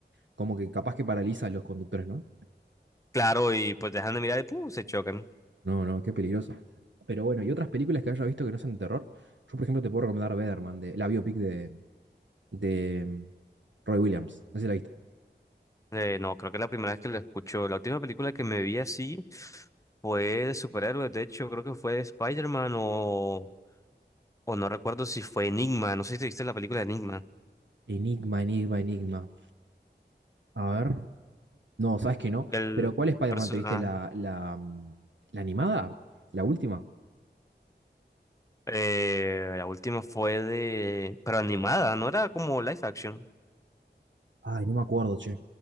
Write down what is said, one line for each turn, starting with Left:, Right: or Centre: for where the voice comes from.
Right: como que capaz que paraliza a los conductores, ¿no?
Left: Claro, y pues dejan de mirar y ¡pum! se chocan.
Right: No, no, qué peligroso. Pero bueno, y otras películas que haya visto que no sean de terror. Yo, por ejemplo, te puedo recomendar Weatherman, de, la biopic de, de mm, Roy Williams. No sé si la viste.
Left: Eh, no, creo que es la primera vez que lo escucho. La última película que me vi así fue de superhéroes. De hecho, creo que fue de Spider-Man o, o no recuerdo si fue Enigma. No sé si te viste la película de Enigma.
Right: Enigma, enigma, enigma. A ver. No, sabes que no.
Left: El
Right: Pero ¿cuál Spider-Man
Left: personaje.
Right: te viste? ¿La, la, mm, la animada? ¿La última?
Left: eh, la última fue de. Pero animada, no era como live action.
Right: Ay, no me acuerdo, che.